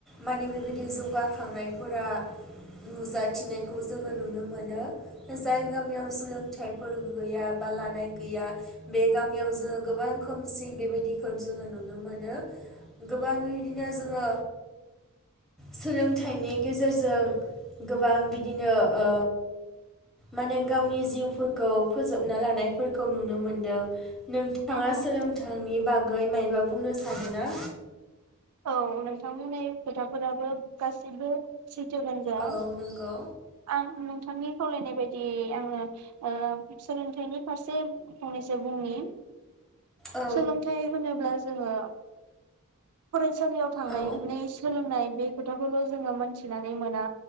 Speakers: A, in the centre; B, on the right.
A: माने बे बादि जौगाखांनायफोरा नुजाथिनायखौ जोङो नुनो मोनो। ओ जाय गामियाव सोलोंथायफोर गैया बा लानाय गैया बे गामियाव जोङो गोबां खोमसि बे बादिखौ जोङो नुनो मोनो गोब बां इदिनो जोङो सोलोंथाइनि गेजेरजों गोबां बिदिनो ओ माने गावनि जिउफोरखौ फोजोबना लानायफोरखौ नुनो मोनदों। नोंथाङा
B: औ औ
A: सोलोंथाइनि बाग गै मायबा बुंनो सानोना?
B: औ नोंथां बुंनाय खोथाफोराबो गासिबो सैथो गोनजा
A: औ नंगौ
B: आं नोंथांनि खावलायनाय बायदियै आङो ओ सोलोंथाइनि फारसे फंनैसो बुंनि
A: औ
B: सोलोंथाइ होनोब्ला जोङो सालियाव थांनाय
A: औ
B: नै सोलोंनाय बे खोथाखौल' जोङो मोनथिनानै मोना।